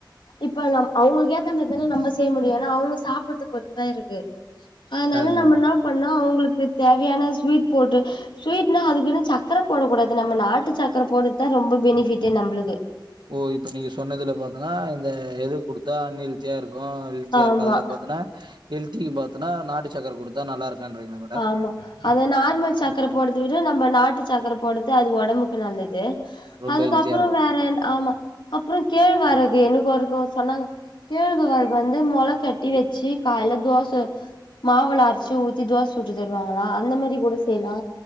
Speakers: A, on the left (about 90°); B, on the right (about 70°).
A: இப்ப நம் அவங்களுக்கு ஏத்த மாதிரிதான நம்ம செய்ய முடியு ஏன்னா அவங்க சாப்டுத பொறுத்து தா இருக்கு அதனால
B: கரெக்ட்
A: நம்ம
B: மேடம்
A: என்ன பண்ண அவங்களுக்கு தேவயான ஸ்வீட் போட்டு ஸ்வீட்னா அது இது சக்கர போடக்கூடாது நம்ம நாட்டு சக்கர போடுறதுதா ரொம்ப பெனிபிட் நம்மளுக்கு
B: ஓ இப்ப நீங்க சொன்னதுல பாத்தன்னா இந்த எது குடுத்தா அன் ஹேல்தியா இருக்கு எழுச்சியா
A: ஆமா
B: இருக்கு அதலா பாத்தன்ன ஹெல்தின் பாத்தனா நாட்டு சக்கர குடுத்தா நல்லாருக்குன்ரீங்ளா
A: ஆமா அத நார்மல் சக்கர போடத விட நம்ம நாட்டு சக்கர போடது அது ஒடம்புக் கு நல்லது
B: ரொம்ப
A: அதுக்கப்புறோ
B: ஹெல்த்தியா இருக்கு
A: வேற என்ன ஆமா அப்புறோ கேழ்வரகு எனக்கு ஒருக்கோ சொன்னாங்க கேழ்வரகு வந்து மொள கட்டி வெச்சு கால்ல தோச மாவுள அரச்சி ஊத்தி தோச சுட்டு தருவாங்ளா அந்தமாரி கூட செய்லா